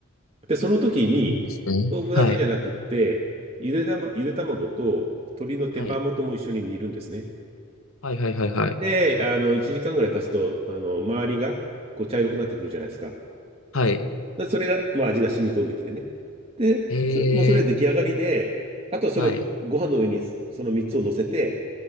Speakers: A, on the right; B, on the left.
A: で、その時に、
B: そうなんですね。
A: 豆腐だけじゃなくって、
B: はい、
A: ゆで玉、ゆで卵と鶏の手羽元も一緒に煮るんですね。
B: はい、はい、はい、はい、はい。
A: で、あの、1時間ぐらい経つと、あの、周りが、こう、茶色くなってくるじゃないですか。
B: はい。
A: でそれが、まあ、味が染み込んできてね。で、
B: へ
A: そ、もうそれは出来上がりで、
B: え、
A: あとはそれをご飯の上にその3つを乗せて、
B: はい、